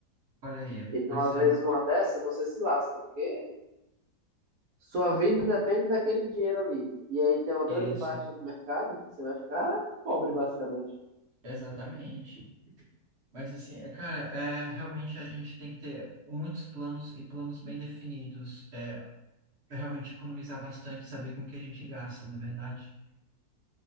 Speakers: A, on the right; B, on the right.
A: Olha aí,
B: Então,
A: pois
B: às
A: é,
B: vezes, numa dessa, você se lasca, porque sua vida depende daquele dinheiro ali. E aí tem uma
A: isso,
B: grande baixa no mercado, você vai ficar pobre, basicamente.
A: exatamente. Mas assim, é, cara, é, realmente a gente tem que ter muitos planos e planos bem definidos. É, para realmente economizar bastante, e saber com o que a gente gasta, não é verdade?